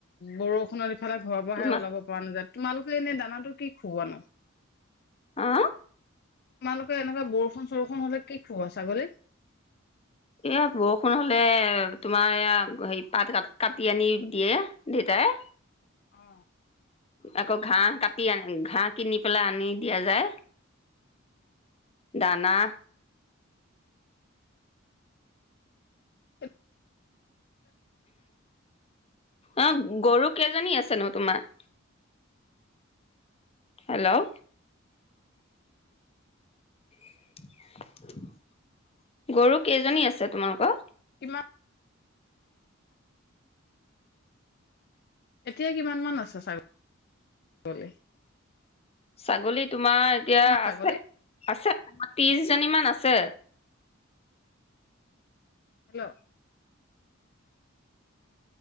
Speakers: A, on the left (about 50°); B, on the left (about 30°).
A: বৰষুণত ইফালে ঘৰৰ পৰা
B: তোমাৰ
A: হে ওলাব পৰা নাযায়। তোমালোকে এনে দানাটো কি খুওৱা নো?
B: অ
A: তোমালোকে এনেকুৱা বৰষুণ চৰষুণ হলে কি খোওৱা ছাগলীক?
B: এয়া বৰষুণ হলে তোমাৰ এয়া হেৰি পাত কাটি আনি দিয়ে দেতাই ।
A: অ'।
B: আকৌ ঘাঁহ কাটি আনি ঘাঁহ কিনি পেলাই আনি দিয়া যায় দানা
A: <inaudible>
B: অ' গৰু কেইজনী আছে নো তোমাৰ? হেল্ল' <unintelligible> গৰু কেইজনী আছে তোমালোকৰ?
A: কিমান এতিয়া কিমান মান আছে চা--গৈ?
B: ছাগলীত তোমাৰ এতিয়া
A: ছাগলী
B: আছে -আছে তোমাৰ ত্ৰিছ কেইজনী মান আছে।
A: হেল্ল'